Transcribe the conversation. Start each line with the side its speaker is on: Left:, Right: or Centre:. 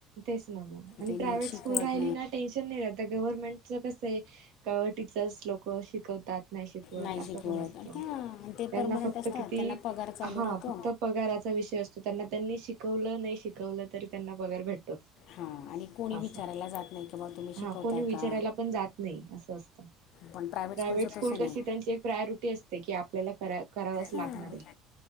Right: तेच ना, मग आणि
Left: ते नीट
Right: प्रायव्हेट
Left: शिकवत
Right: स्कूल राहिली ना, टेन्शन नाही राहत. गव्हर्नमेंटचं कसं आहे? काही टीचर्स लोक शिकवतात, नाही शिकवत
Left: नाही
Right: असा
Left: शिकवत
Right: पण असत.
Left: आणि त्या आणि ते
Right: त्यांना
Left: परमनंट
Right: फक्त
Left: असतात
Right: किती
Left: त्यांना पगार चालू
Right: हा
Left: राहतो
Right: फक्त पगाराचा विषय असतो. त्यांना त्यांनी शिकवलं, नाही शिकवलं, तरी त्यांना पगार भेटतोच.
Left: हां आणि कोणी
Right: असं
Left: विचारायला जात नाही की बा तुम्ही शिकवताय
Right: हा, कोणी विचारायला
Left: का
Right: पण जात नाही, असं असतं.
Left: पण
Right: प्रायव्हेट
Left: स्कूलचं
Right: स्कूल
Left: तसं
Right: कशी,
Left: नाही
Right: त्यांची एक प्रायोरिटी असते की आपल्याला करावंच
Left: हां
Right: लागणार आहे.